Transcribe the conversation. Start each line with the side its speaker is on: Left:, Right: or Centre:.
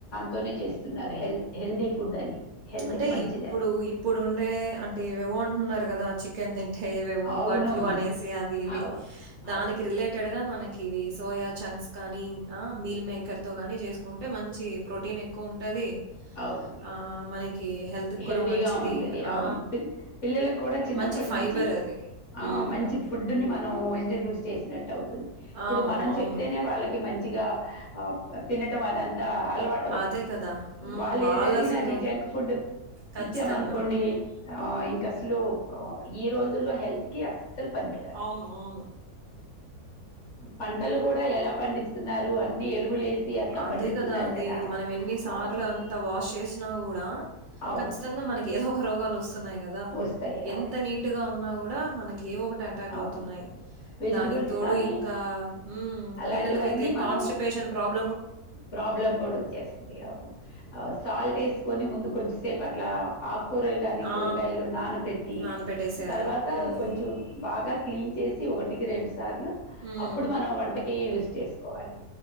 Left: తోనే చేస్తున్నారు హెల్ హెల్దీ ఫుడ్ అని హెల్త్‌కి
Right: అంటే
Left: మంచిదని.
Right: ఇప్పుడు ఇప్పుడు ఉండే అంటే ఏవో అంటున్నారు కదా చికెన్ తి ఏవేవో
Left: అవును.
Right: బర్డ్ ఫ్లూ అనేసి అవి ఇవి
Left: అవును.
Right: దానికి
Left: అవును.
Right: రిలేటెడ్ గా మన ఇవి సోయా చంక్స్ కానీ ఆ మీల్ మేకర్ తో కానీ చేసుకుంటే మంచి ప్రోటీన్ ఎక్కువ ఉ టది
Left: అవును.
Right: ఆ మనకి హెల్త్‌కి
Left: హెల్దీగా
Right: కూడా మంచిది.
Left: ఉంటది
Right: ఆ!
Left: అవును పి పిల్లలకు కూడా చిన్నప్పటి
Right: మంచి ఫైబర్
Left: నుంచి
Right: అది.
Left: ఆ
Right: హ్మ్.
Left: మంచి ఫుడ్ ని మనం ఇంట్రొడ్యూస్ చేసినట్టు టవుతుంది ఇప్పుడు
Right: అవును.
Left: మనం
Right: అవును.
Left: చెప్తేనే వాళ్ళకి మంచిగా ఆ తినట వాదాన్ ట అలవాటు అవుతది
Right: అదే కదా! హ్మ్.
Left: వాళ్ళు
Right: వాళ్ళసలు
Left: ఏ జరిగినా అది జంక్ ఫుడ్
Right: ఖచ్చితంగా.
Left: ఇచ్చామనుకోండి ఆ ఇంకా స్లోప్ ఈ రోజుల్లో హెల్త్ కి అస్ స్సల్ పనికి రాదండి
Right: అవును. అవును.
Left: పంటలు కూడా ఎలా పండిస్తున్నారు అన్ని ఎరువులేసి అట్లా
Right: అదే
Left: పండిస్తున్నారు
Right: కదా అండి మనం ఎన్నిసార్లు
Left: ఆహ్,
Right: అంతా వాష్ చేసినా కూడా
Left: అవును.
Right: ఖచ్చితంగా మనకి ఏదో ఒక రోగాలు వస్తున్నాయి కదా
Left: వస్తాయి.
Right: ఎంత
Left: అవును.
Right: నీటుగా ఉన్నా కూడా మనకి ఏ ఒకటి అటాక్
Left: అవును
Right: అవుతున్నాయి
Left: వెజిటబుల్స్
Right: దానికి తోడు
Left: కానీ
Right: ఇంకా హ్మ్
Left: అలాంటివన్నీ
Right: పిల్లలకైతే
Left: మనం
Right: కాన్స్టిపేషన్ ప్రాబ్
Left: ప్రాబ్లం కూడా వచ్చేస్తది ఇగ అవును ఆ సాల్ట్ వేసుకొని ముందు కొంచెసే పట్ల ఆ కూరలు కానీ
Right: ఆ,
Left: కూరగాయలు నానబెట్టి
Right: నానబెట్టేసేయాలి
Left: తర్వాత
Right: మ్మ్,
Left: కొంచెం బాగా క్లీన్ చేసి ఒకటికి రెండు స్ సార్లు
Right: మ్మ్,
Left: అప్పుడు మనం వంటక్ యూజ్ చేసుకోవాలి.